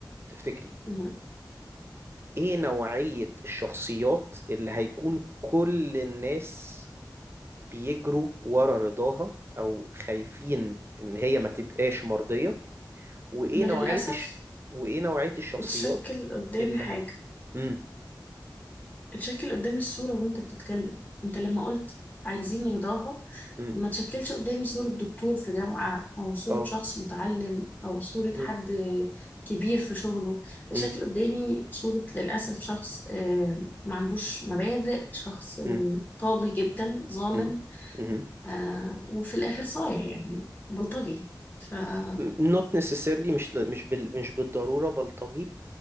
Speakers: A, on the right; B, on the left.
A: تفتكري
B: مهم.
A: ايه نوعية الشخصيات اللي هيكون كل الناس بيجروا ورا رضاها او خايفين ان هي ما تبقاش مرضية وايه
B: أنا
A: نوعية
B: للأسف
A: الش... وايه نوعية الشخصيات
B: اتشكل قدامي
A: اللي
B: حاجة
A: ه... امم
B: اتشكل قدامي الصورة وانت بتتكلم انت لما قلت عايزين رضاها
A: امم
B: ما تشكلش قدامي صورة دكتور في جامعة او صورة
A: اه
B: شخص متعلم او صورة
A: مم.
B: حد كبير في شغله اتشكل
A: مم.
B: قدامي صورة للأسف شخص آه، ما عندوش مبادئ شخص آه،
A: مم.
B: طاغي جدا ظالم
A: مم. مم.
B: آه، وفي الآخر صايع يعني بلطجي فالبلطجة
A: not necessarily مش ل... مش بال... مش بالضرورة بلطجي